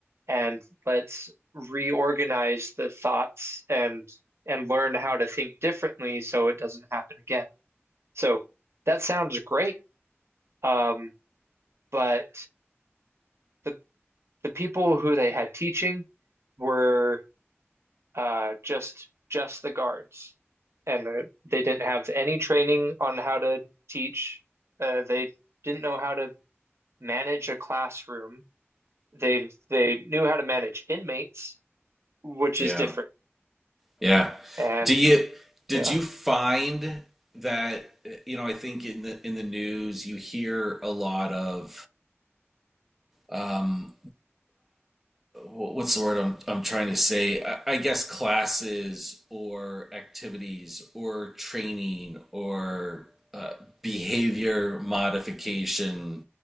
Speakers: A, on the right; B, in the centre.
A: and let's reorganize the thoughts and and learn how to think differently so it doesn't happen again. So that sounds great. Um, but the the people who they had teaching were uh, just just the guards, and uh, they didn't have any training on how to teach. Uh, they didn't know how to manage a classroom. They they knew how to manage inmates, which
B: yeah.
A: is different.
B: Yeah.
A: And
B: Do you did
A: yeah,
B: you find that you know I think in the in the news you hear a lot of um, what's the word I'm, I'm trying to say? I, I guess classes or activities or training or uh, behavior modification